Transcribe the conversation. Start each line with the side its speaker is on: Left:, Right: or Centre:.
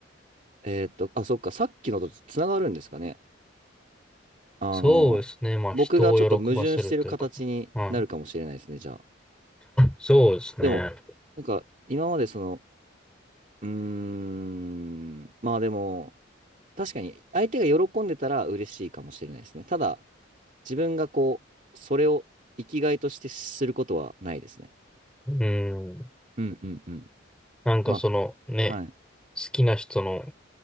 Right: えーっと、あ、そっか、さっきのとつながるんですかね。あの、
Centre: そうですね。まあ人を喜ばせるというか。
Right: 僕がちょっと矛盾してる形になるかもしれないですね、
Centre: はい。
Right: じゃあ。
Centre: そうですね。
Right: でも、なんか、今までその、うーん、まあでも、確かに相手が喜んでたら嬉しいかもしれないですね。ただ、自分がこう、それを生きがいとしてすることはないですね。
Centre: うん。
Right: うんうんうん。
Centre: なんかそのね、
Right: まあ、はい。
Centre: 好きな人の